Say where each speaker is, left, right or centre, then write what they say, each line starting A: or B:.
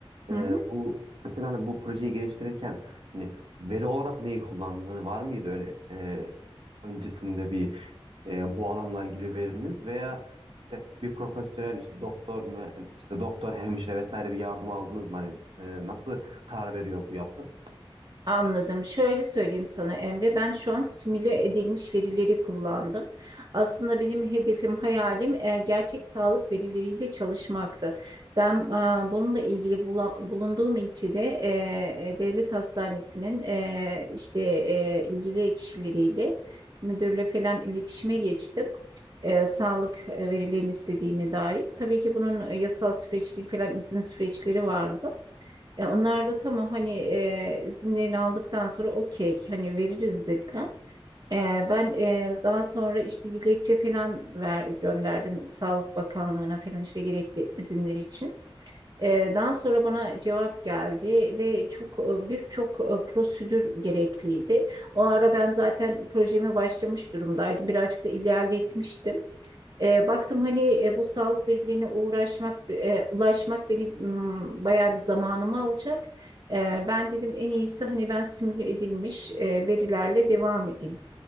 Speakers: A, on the right; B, on the right.
A: e,
B: hı hı.
A: bu mesela hani bu projeyi geliştirirken hani veri olarak neyi kullandın? Hani var mıydı öyle e, öncesinde bir e, bu alanla ilgili veriniz veya işte bir profesyonel işte doktor mu işte doktor hemşire vesaire bir yardım aldınız mı? Hani e, nasıl karar veriyor bu yapı?
B: Anladım. Şöyle söyleyeyim sana Emre, ben şu an simüle edilmiş verileri kullandım. Aslında benim hedefim, hayalim e, gerçek sağlık verileriyle çalışmaktı. Ben e, bununla ilgili bula- bulunduğum ilçede e, e, devlet hastanesinin e, işte e, ilgili kişileriyle müdürle falan iletişime geçtim. E, sağlık e, verilerini istediğine dair. Tabii ki bunun yasal süreçleri falan izin süreçleri vardı. E, onlar da tamam hani e, izinlerini aldıktan sonra okey hani veririz dediler. E, ben e, daha sonra işte dilekçe falan ver, gönderdim Sağlık Bakanlığı'na falan işte gerekli izinler için. E, daha sonra bana cevap geldi ve çok e, birçok e, prosedür gerekliydi. O ara ben zaten projeme başlamış durumdaydım. Birazcık da ilerletmiştim. E, baktım hani e, bu sağlık birliğine uğraşmak, e, ulaşmak beni m, bayağı bir zamanımı alacak. E, ben dedim en iyisi hani ben simüle edilmiş e, verilerle devam edeyim.